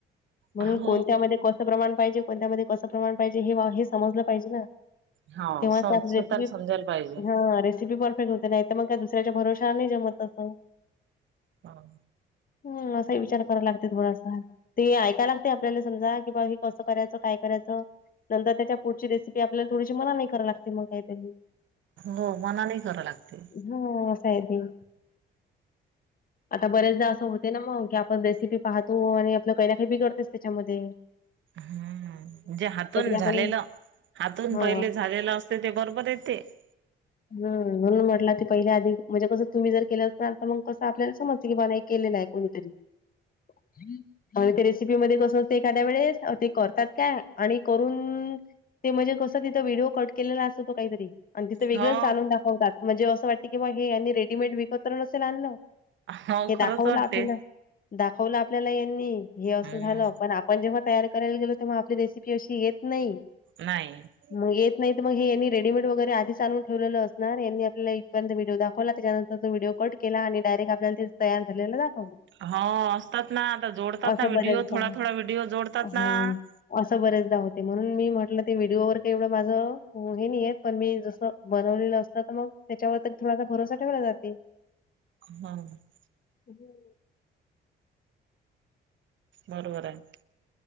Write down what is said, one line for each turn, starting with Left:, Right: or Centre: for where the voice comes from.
Left: म्हणून
Right: हा हो
Left: कोणत्या मधे कोण <unintelligible> प्रमाण पाहिजे कोणत्या मधे कसं प्रमाण पाहिजे हे हे समजलं पाहिजे ना <unintelligible>
Right: हा
Left: तेव्हाच
Right: स
Left: आपली
Right: स्वतःला
Left: रेसिपी
Right: समजायला पाहिजे <unintelligible>
Left: हा रेसिपी परफेक्ट होते नाही तर मग काय दुसऱ्याच्या भरोवश्यान जमत ततो <unintelligible>
Right: हा <unintelligible>
Left: हम असाही विचार करायला लागते थोडासा <unintelligible> ते ऐकायला लागते आपल्याला समजा कि बा हे कसं करायचं काय करायचं <unintelligible> नंतर त्याच्या पुढची रेसिपी आपल्याला थोडीशी मनानेही करावी लागते मग काही तरी <unintelligible>
Right: हो मनानेही करावी लागते <unintelligible>
Left: ह अस हाय ते <unintelligible> आता बऱ्याचदा असं होते ना मग की आपण रेसिपी पाहतो आणि आपलं काही ना काही बिगडतेस त्याच्यामधे <unintelligible>
Right: हम म्हणजे हातून झालेलं
Left: आपण
Right: हातून
Left: हा
Right: पहिले झालेलं अस <unintelligible> ते बरोबर येते <unintelligible>
Left: हम म्हणून म्हटला ते पहिले आधी म्हणजे कसं तुम्ही जर केलं असाल तर मग कसं आपल्याला समजतं की बानाई <unintelligible> केलेलाय कोणीतरी <unintelligible> आणि ते रेसिपी मधे कसं असते एखाद्या वेळेस ते करतात काय आणि करून <unintelligible> ते म्हणजे कसं तिथ व्हिडिओ कट केलेला असतो काहीतरी <unintelligible> आणि तिथं वेगळेच
Right: हो
Left: चालून दाखवतात म्हणजे असं वाटतं की मग हे यांनी रेडीमेड विकत तर नसेल आणलं <unintelligible>
Right: हो
Left: हे
Right: खरंच
Left: दाखवलं
Right: वाटते.
Left: आपल्याला दाखवलं आपल्याला यांनी हे असं
Right: हम्म
Left: झालं पण आप पण जेव्हा तयारी करायला गेलो तेव्हा आपली रेसिपी अशी येत नाही <unintelligible>
Right: नाही <unintelligible>
Left: मग येत नाही तर मग हे यांनी रेडीमेड वगैरे <unintelligible> ते आधीच आणलून ठेवलेलं असणार यांनी आपल्या इथपर्यत व्हडिओ दाखवला त्याच्यानंतर तो व्हिडिओ कट केला आणि डायरेक्ट आपल्याला तयार झालेलं रा <unintelligible>
Right: हा असतात ना आता जोडतात
Left: असं
Right: ना व्हिडीओ
Left: बऱ्याचदा
Right: थोडा थोडा व्हिडीओ जोडतात
Left: हं.
Right: ना <unintelligible>
Left: असं बरेचदा होते म्हणून मी म्हटलं ते व्हिडिओवर तेवढं माझं हे नाहीये <unintelligible> पण मी जसं बनवलेलं असतं तर मग त्याच्यावर तर थोडासा भरोसा ठेवला जाते <unintelligible>
Right: हा <unintelligible>
Left: <unintelligible> <unintelligible>
Right: बरोबर हाय <unintelligible>